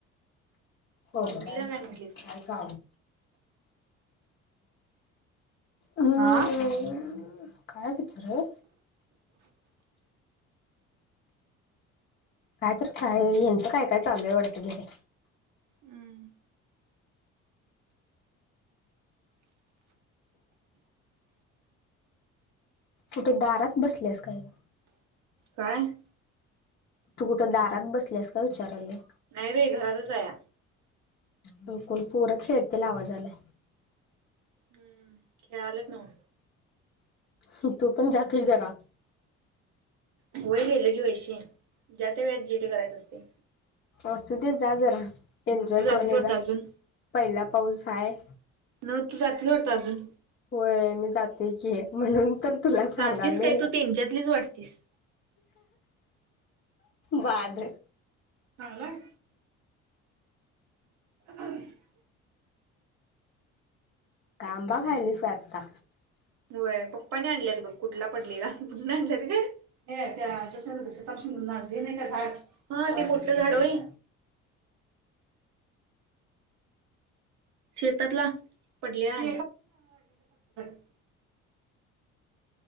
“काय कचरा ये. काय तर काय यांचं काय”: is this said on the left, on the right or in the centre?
Left